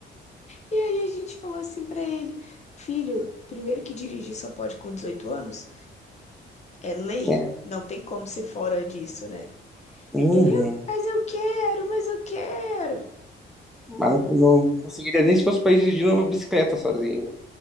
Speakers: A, on the left; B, in the centre.
A: E aí a gente falou assim pra ele: Filho, primeiro que dirigir só pode com 18 anos, é lei,
B: é.
A: não tem como ser fora disso, né?
B: Uhum.
A: E ele: Mas eu quero, mas eu quero.
B: Mas não, não conseguiria nem se fosse pra ir dirigindo uma bicicleta sozinho.